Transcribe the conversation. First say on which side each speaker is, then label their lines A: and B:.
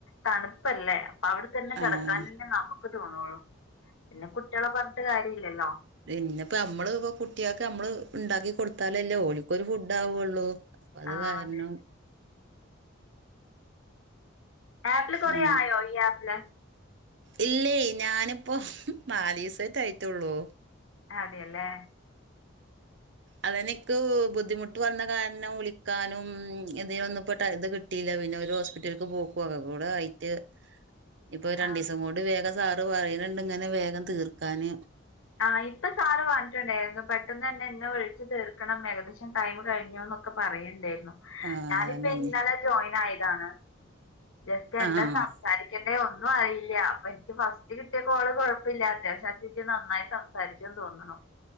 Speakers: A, on the left; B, on the right.
A: തണുപ്പെല്ലെ അവ്ടെ തന്നെ കെടക്കാൻ
B: ആഹ്
A: തന്നെ നമക്ക് തോന്നൊള്ളൂ. പിന്നെ കുട്ട്യേളെ പറഞ്ഞിട്ട് കാര്യ ഇല്ലല്ലോ
B: പിന്നെപ്പ നമ്മള് ഇപ്പ കുട്ട്യേക്ക് നമ്മള് ഇണ്ടാക്കി കൊടുത്താലല്ലേ ഓല്ക്കൊരു ഫുഡ് ആവൊള്ളു അപ്പ അത്
A: ആഹ്
B: കാര്ണം
A: അതെ ആപ്പില് കൊറേ
B: ആഹ്
A: ആയോ ഈ ആപ്പില്
B: ഇല്ലേ ഞാനിപ്പോ നാലിസെറ്റെ ആയിറ്റൊള്ളൂ
A: അതേലെ
B: അതെന്നെ ഇക്ക് ബുദ്ധിമുട്ട് വന്ന കാര്ണം വിളിക്കാനും ഇതി ഒന്ന്പ്പോട്ട <unintelligible> കിട്ടീല്ല പിന്നെ ഒരു ഹോസ്പിറ്റൽക്ക് പോക്കു അവുടെ ആയിട്ട് ഇപ്പൊ രണ്ടീസം
A: ആഹ്
B: കൂടി വേഗം സാറ് പറയ്ണ് ഇണ്ട് ഇങ്ങനെ വേഗം തീർക്കാന്
A: ആഹ് ഇപ്പ സാറ് പറഞ്ഞിട്ട്ണ്ടായിരുന്നു. പെട്ടെന്നെന്നെ ഇന്നെ വിള്ച്ച് തീർക്കണം ഏകദേശം ടൈം കഴിഞ്ഞ് ന്നൊക്കെ ഒക്ക പറയിണ്ടേന്നു.
B: ആഹ്
A: ഞാനിപ്പെ
B: അതന്നെ ഇഞ്ഞ്
A: ഇന്നലെ ജോയിൻ ആയതാണ് ജസ്റ്റ് എന്താ
B: ആഹ്
A: സം സംസാരിക്കേണ്ടേ ഒന്നും അറിയില്ല. അപ്പൊ ഇൻക്ക് ഫസ്റ്റ് കിട്ടിയ കോള് കൊഴപ്പില്ലാത്തെയാ അത്യ <unintelligible> ശ്യംക്ക് നന്നായി പരിചയം തോന്ന്ണു.